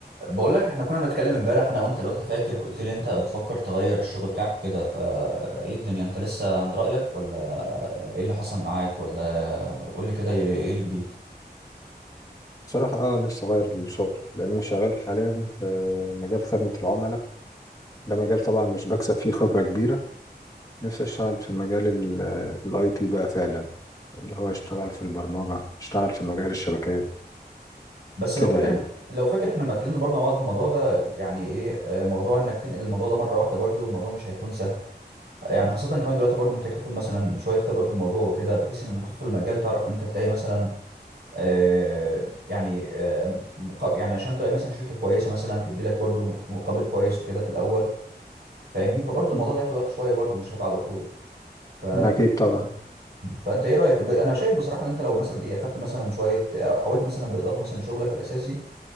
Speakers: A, on the right; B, on the left.
A: بقول لك احنا كنا بنتكلم امبارح انا وانت لو انت فاكر قلت لي انت بتفكر تغير الشغل بتاعك وكده فايه الدنيا انت لسه عند رأيك ولا ايه اللي حصل معاك ولا قول لي كده ايه ايه الجديد
B: بصراحة اه نفسي اغير الشغل لان انا شغال حاليا في مجال خدمة العملاء ده مجال طبعا مش بكسب فيه خبرة كبيرة نفسي اشتغل في مجال الاي تي بقى فعلا اللي هو اشتغل في البرمجة اشتغل في مجال الشبكات
A: بس لو
B: كده
A: فاكر
B: يعني
A: لو فاكر احنا لما اتكلمنا برضه مع بعض في الموضوع ده يعني ايه آه، موضوع انك تنقل الموضوع ده مره واحده برضه الموضوع مش هيكون سهل يعني خاصه كمان دلوقتي برضه محتاج تاخد مثلا شويه خبره في الموضوع وكده بحيث انك تدخل المجال تعرف انت تلاقي مثلا آه، يعني آه، مقابل يعني عشان تلاقي مثلا شركه كويسه مثلا تدي لك برضو مقابل كويس وكده في الاول فاهمني فبرضو الموضوع
B: مم.
A: ده هياخد وقت شويه برضو مش هيبقى على طول ف
B: اكيد طبعا
A: فانت ايه رايك ب- انا شايف بصراحه ان انت لو مثلا ايه اخدت مثلا شويه آه، حاولت مثلا بالاضافه مثلا لشغلك الاساسي